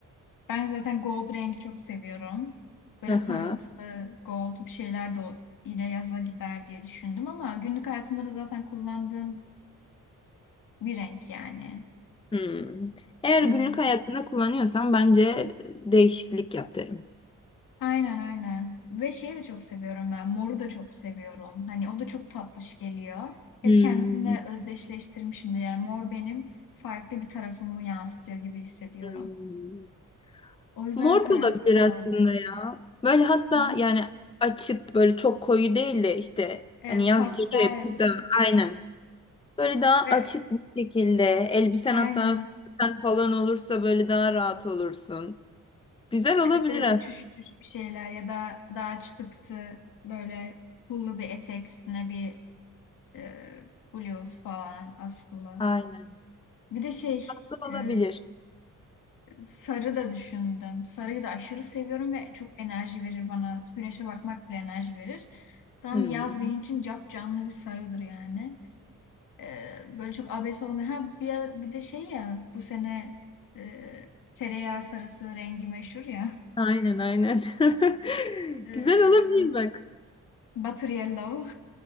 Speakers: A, on the left; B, on the left.
A: ben zaten gold rengi çok seviyorum. Böyle
B: Aha.
A: parıltılı gold bir şeyler de o- yine yaza gider diye düşündüm ama günlük hayatımda da zaten kullandığım bir renk yani.
B: Hmm. Eğer
A: Hmm,
B: günlük hayatında kullanıyorsan bence değişiklik yap derim.
A: Aynen aynen. Ve şeyi de çok seviyorum ben. Moru da çok seviyorum. Hani o da çok tatlış geliyor. Hep
B: Hmm.
A: kendimle özdeşleştirmişimdir. Yani mor benim farklı bir tarafımı yansıtıyor gibi hissediyorum.
B: Hmm.
A: O yüzden
B: Mor
A: kararsız
B: da olabilir
A: kaldım.
B: aslında ya. Böyle hatta
A: Hı.
B: yani açık böyle çok koyu değil de işte
A: Evet,
B: hani yaz
A: pastel
B: geliyor hep burada aynen. Böyle daha
A: ve
B: açık bir şekilde elbisen
A: aynen
B: hatta saten falan olursa böyle daha rahat olursun. Güzel
A: evet,
B: olabilir
A: böyle
B: aslında.
A: uçuş uçuş bir şeyler ya da daha çıtıktı böyle pullu bir etek üstüne bir e, bluz falan askılı.
B: Aynen.
A: Bir de şey
B: Güzel
A: e,
B: olabilir.
A: sarı da düşündüm. Sarıyı da aşırı seviyorum ve çok enerji verir bana. Güneşe bakmak bile enerji verir. Tam
B: Hmm.
A: yaz benim için cap canlı bir sarıdır yani. e, böyle çok abes olmayan. Ha bir ara, bir de şey ya bu sene e, tereyağı sarısı rengi meşhur ya.
B: Aynen aynen. <laughs>
A: E,
B: Güzel olabilir bak.
A: Butter Yellow.